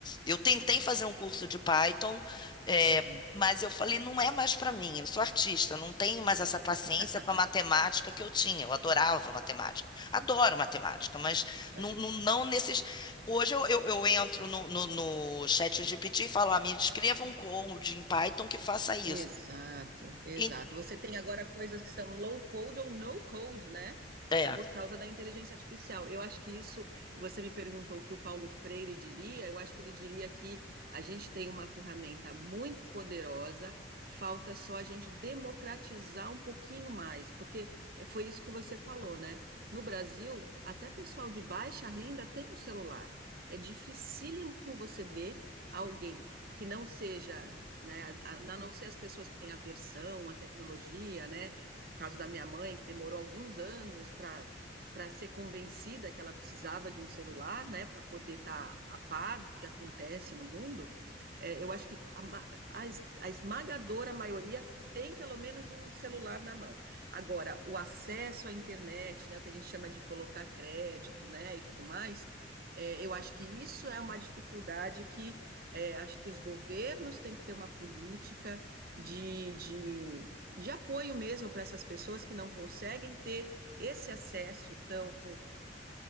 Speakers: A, on the left (about 25°); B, on the right (about 55°).
A: Eu tentei fazer um curso de Python, eh,
B: uhum.
A: mas eu falei, não é mais para mim, eu sou artista, não tenho mais essa paciência
B: <laughs>
A: com a matemática que eu tinha. Eu adorava matemática, adoro matemática, mas
B: É.
A: não, não, não nesses. Hoje eu, eu, eu entro no, no, no chat GPT e falo, ah, me escreva um code em Python que faça isso.
B: Exato, exato.
A: E-
B: Você tem agora coisas que são low code ou no code, né?
A: é.
B: por causa da inteligência artificial. Eu acho que isso, você me perguntou o que o Paulo Freire diria, eu acho que ele diria que a gente tem uma ferramenta muito poderosa, falta só a gente democratizar um pouquinho mais, porque foi isso que você falou, né? No Brasil, até pessoal de baixa renda tem um celular. É dificílimo você ver alguém que não seja né, a, a não ser as pessoas que têm aversão à tecnologia, né, no caso da minha mãe, que demorou alguns anos para para ser convencida que ela precisava de um celular, né, para poder estar tá a par do que acontece no mundo, é, eu acho que a, a, a esmagadora maioria tem pelo menos um celular na mão. Agora, o acesso à internet, né, o que a gente chama de colocar crédito, né, e tudo mais, é, eu acho que isso é uma dificuldade que é, acho que os governos têm que ter uma política de, de, de apoio mesmo para essas pessoas que não conseguem ter esse acesso tão